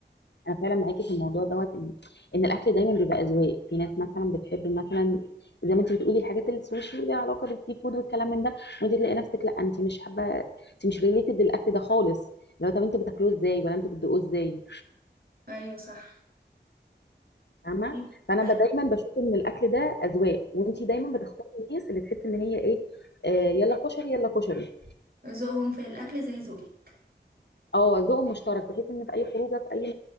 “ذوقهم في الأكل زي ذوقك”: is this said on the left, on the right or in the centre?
Right